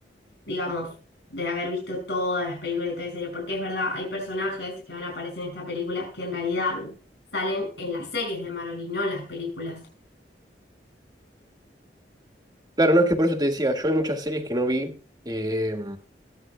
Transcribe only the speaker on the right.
Claro, no es que por eso te decía, yo hay muchas series que no vi eh,